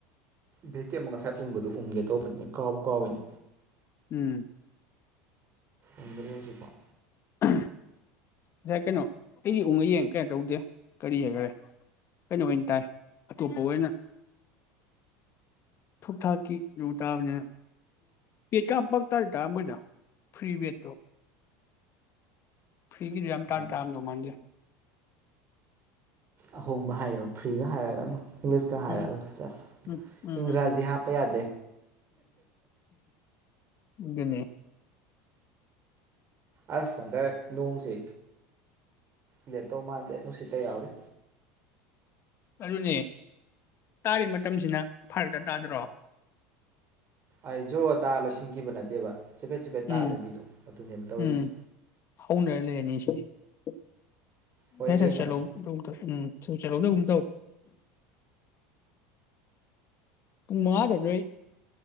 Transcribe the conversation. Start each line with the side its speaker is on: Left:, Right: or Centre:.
Right: ꯗꯦ ꯀꯦ ꯑꯃ ꯉꯥꯁꯥꯏ ꯎꯪꯕꯗꯣ ꯎꯪꯒꯦ ꯇꯧꯕꯅꯦ ꯀꯥꯎꯕꯨ ꯀꯥꯎꯏꯅꯦ
Left: ꯎꯝ
Right: ꯎꯪꯗꯔꯦ ꯍꯧꯖꯤꯛꯐꯥꯎ
Left: ꯑ ꯉꯁꯥꯏ ꯀꯩꯅꯣ ꯑꯩꯒꯤ ꯎꯡꯉꯥ ꯌꯦꯡ ꯀꯩꯅꯣ ꯇꯧꯗꯦ ꯀꯔꯤ ꯍꯥꯏꯈꯔꯦ ꯀꯩꯅꯣ ꯑꯣꯏꯅ ꯇꯥꯏ ꯑꯇꯣꯞꯄ ꯑꯣꯏꯅ ꯊꯨꯛ ꯊꯥꯛꯀꯤ ꯇꯥꯕꯅꯦ ꯄꯕꯦꯠ ꯀ ꯄ ꯇꯥꯕꯇꯥ ꯃꯣꯏꯅ ꯐ꯭ꯔꯤ ꯕꯦꯠ ꯇꯣ ꯐꯤꯒꯤꯗꯤ ꯌꯥꯝ
Right: ꯍꯣꯏ
Left: ꯇꯥꯟ ꯇꯥꯡꯉꯝꯗꯧ ꯃꯥꯟꯗꯦ
Right: ꯑꯍꯣꯡꯕ ꯍꯥꯏꯌ ꯑꯗꯣ ꯐ꯭ꯔꯤꯒ ꯍꯥꯏꯔꯛꯑꯅꯨ ꯏꯪꯂꯤꯁꯀ ꯍꯥꯏꯔꯛꯑꯅꯨꯗ
Left: ꯎꯝ
Right: ꯁꯦꯁ
Left: ꯎꯝ ꯎꯝ
Right: ꯏꯪꯒ꯭ꯔꯥꯖꯤ
Left: ꯎꯝ
Right: ꯍꯥꯞꯄ ꯌꯥꯗꯦ
Left: ꯏꯗꯅꯦ
Right: ꯑꯁ ꯁꯪꯀꯔ ꯅꯣꯡꯁꯦ ꯂꯦꯞ ꯇꯧ ꯃꯥꯥꯟꯗꯦ ꯅꯨꯡꯁꯤꯠꯀ ꯌꯥꯎꯔꯦ
Left: ꯑꯗꯨꯅꯦ ꯇꯥꯔꯤ ꯃꯇꯝꯁꯤꯅ ꯐꯔꯛꯇ ꯇꯥꯗ꯭ꯔꯣ
Right: ꯑꯩ ꯖꯣ ꯇꯥꯔ ꯂꯣꯏꯁꯤꯟꯈꯤꯕ ꯅꯠꯇꯦꯕ ꯆꯤꯐꯦꯠ ꯆꯤꯐꯦꯠ ꯇꯥ
Left: ꯎꯝ
Right: ꯂꯩꯕꯤꯗꯣ ꯑꯗꯨꯅꯦꯕ ꯇꯧꯔꯤꯁꯦ
Left: ꯎꯝ ꯍꯧꯅꯔ <unintelligible>
Right: ꯍꯣꯏ
Left: ꯍꯦꯁꯦ
Right: ꯌꯦꯡꯉꯁꯦ
Left: ꯆꯦꯂꯧꯗꯧꯗ ꯎꯝ ꯁꯨꯝ ꯆꯠꯍꯧꯗꯒꯨꯝ ꯇꯧ ꯄꯨꯡ ꯃꯉꯥꯗ ꯅꯣꯏ